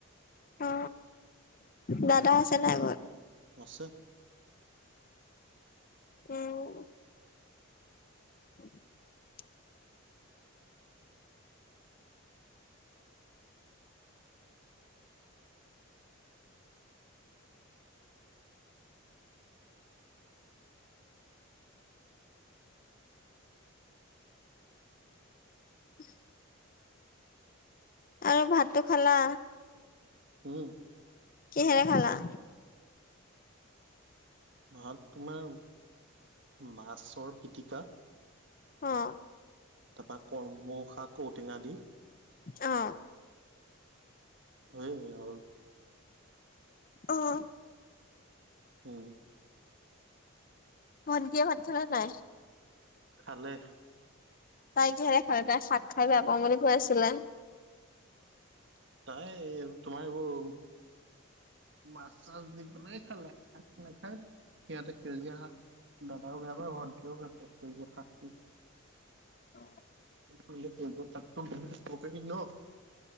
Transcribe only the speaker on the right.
আছে।
উম,
ভাত তোমাৰ মাছৰ পিটিকা।
তাৰ পৰাৰা কলমশা ঔটেঙা দি।
হেই আৰু।
উম,
খালে।
তাই তোমাৰ এইবোৰ মাছ চাচ দি পেলায় খালে ভাত নাখাই। সিহঁতে সেউজীয়া শাক, দাদাও বেয়া পায় ভন্টিও বেয়া পায় সেউজীয়া শাকটো।
প কৰি ন। <unintelligible>